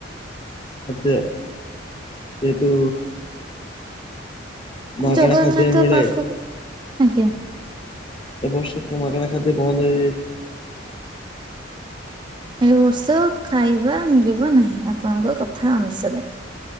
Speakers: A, on the left; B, on the right.
A: ଏତେ ଜେହେତୁ ମାଗଣା
B: ଜଗନ୍ନାଥ
A: ଖାଦ୍ୟ ମିଳେ।
B: ପାଖକୁ ଆଜ୍ଞା।
A: ଏବର୍ଷ କଣ ମାଗଣା ଖାଦ୍ୟ ବନ୍ଦ ହେଇ ଯାଇଛି।
B: ଏ ବର୍ଷ ଖାଇବା ମିଳିବ ନାହିଁ। ଆପଣଙ୍କ କଥା ଅନୁସାରେ।